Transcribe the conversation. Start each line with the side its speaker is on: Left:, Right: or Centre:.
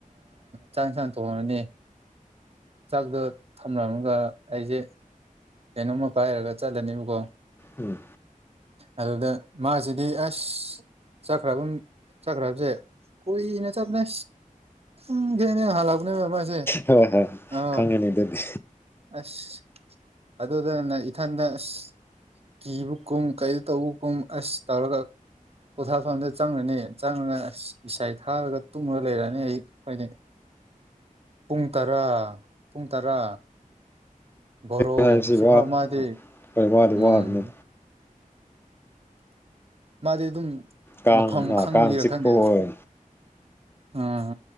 Right: ꯆꯥꯡ ꯆ ꯊꯣꯡꯉꯅꯤ ꯆꯥꯛꯗꯣ ꯊꯝꯂꯝꯒ ꯑꯩꯁꯦ ꯀꯩꯅꯣꯝꯃ ꯄꯥꯏꯔꯒ ꯆꯠꯂꯅꯦꯕꯀꯣ
Left: ꯎꯝ
Right: ꯑꯗꯨꯗ ꯃꯥꯁꯤꯗꯤ ꯑꯁ ꯆꯠꯈ꯭ꯔꯕ ꯆꯈ꯭ꯔ ꯍꯥꯏꯕꯁꯦ ꯀꯨꯏꯅ ꯆꯕꯅꯦ ꯎ ꯊꯅꯦ ꯍꯥꯂꯥꯎꯒꯅ ꯃꯃꯥꯏꯁꯦ
Left: ꯍꯣꯏ ꯍꯣꯏ
Right: ꯑ
Left: ꯈꯪꯉꯦꯅꯦ ꯑꯗꯨꯗꯤ
Right: ꯑꯁ ꯑꯗꯨꯗꯅ ꯏꯊꯟꯗ ꯑꯁ ꯀꯤꯕ ꯀꯨꯝ ꯀꯔꯤ ꯇꯧꯕ ꯀꯨꯝ ꯑꯁ ꯇꯧꯔꯒ ꯄꯣꯊꯥꯐꯝꯗ ꯆꯪꯉꯅꯤ ꯆꯪꯉꯒ ꯏꯁꯥꯏ ꯊꯥꯔꯒ ꯇꯨꯝꯉꯒ ꯂꯩꯔꯅꯤ ꯑꯩ ꯑꯩꯈꯣꯏꯅꯤ ꯄꯨꯡ ꯇꯔꯥ ꯄꯨꯡ ꯇꯔꯥ ꯣꯔꯣ
Left: ꯍꯥꯏꯕꯁꯤ
Right: ꯁꯤꯐꯥꯎ
Left: ꯋꯥ
Right: ꯃꯥꯗꯤ
Left: ꯍꯣꯏ ꯋꯥꯗꯤ
Right: ꯎꯝ
Left: ꯋꯥꯕꯅꯤ
Right: ꯃꯥꯗꯤ ꯑꯗꯨꯝ
Left: ꯀꯥꯡ
Right: ꯃꯐꯝ ꯈꯪꯕꯒꯤꯔ
Left: ꯀꯥꯡ ꯆꯤꯛꯄ
Right: ꯈꯪꯗꯦ
Left: ꯑꯣꯏ
Right: ꯎꯝ